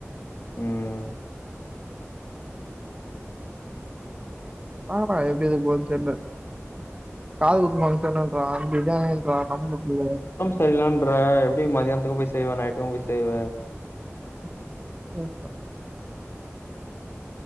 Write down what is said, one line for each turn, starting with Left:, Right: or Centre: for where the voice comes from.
Left: ம்
Right: பாக்லா எப்டி இருக்க போதுன் தெர்ல காது குத்துவங் தெர்லன்றா <unintelligible> ன்றா நம்முக்கு
Left: செய்லான்ற எப்டி மதியானத்துக்கு போய் செய்வ நைட்டுக்கு போய் செய்வ
Right: <inaudible>